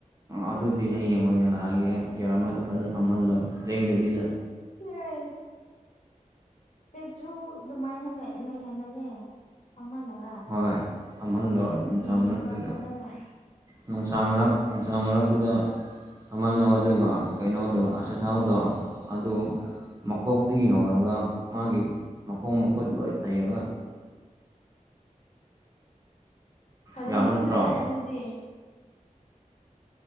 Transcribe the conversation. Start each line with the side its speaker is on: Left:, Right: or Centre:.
Right: ꯑꯗꯨꯗꯤ ꯍꯌꯦꯡ ꯑꯣꯏꯅ ꯂꯥꯛꯑꯒꯦ ꯆꯤꯌꯥꯔ ꯑꯃꯗ ꯐꯖꯅ ꯐꯝꯍꯜꯂꯣ ꯂꯦꯡꯗꯕꯤꯗ꯫
Left: ꯌꯥꯏ꯫ ꯏꯁꯇꯦꯆꯨ ꯑꯗꯨꯃꯥꯏꯅ ꯂꯩ ꯂꯩꯍꯜꯂꯒꯦ ꯐꯝꯍꯜꯂꯒ
Right: ꯍꯣꯏ ꯐꯝꯍꯜꯂꯣ ꯅꯨꯡꯁꯥ
Left: ꯌꯦꯡꯅꯕ
Right: ꯃꯔꯛꯇꯨꯗ
Left: ꯐꯖꯅ
Right: ꯅꯨꯡ ꯁꯥ ꯃꯔꯛ ꯅꯨꯡꯁꯥ ꯃꯔꯛꯇꯨꯗ ꯐꯝꯍꯜꯂꯣ ꯑꯗꯨꯒ ꯀꯩꯅꯣꯗꯣ ꯑꯆꯥꯊꯥꯎꯗꯣ ꯑꯗꯨ
Left: ꯎꯝ
Right: ꯃꯀꯣꯛꯇꯒꯤ ꯍꯧꯔꯒ ꯃꯥꯒꯤ ꯃꯈꯣꯡ ꯃꯈꯨꯠ ꯂꯣꯏ ꯇꯩꯔꯒ
Left: ꯐꯖꯃꯟꯗ꯭ꯔꯦꯍꯦ
Right: ꯌꯥꯕ ꯅꯠꯇ꯭ꯔꯣ
Left: ꯑꯗꯨꯗꯤ